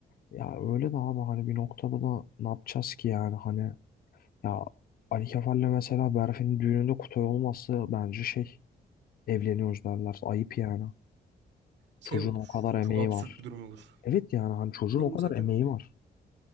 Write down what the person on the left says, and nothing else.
ya öyle de abi hani bir noktada da ne yapacağız ki yani hani ya Ali Kefal'le mesela Berfin'in düğününde Kutay olması bence şey evleniyoruz derler. Ayıp yani.
Çocuğun
o kadar emeği
var.
Evet yani hani çocuğun
o kadar
emeği var.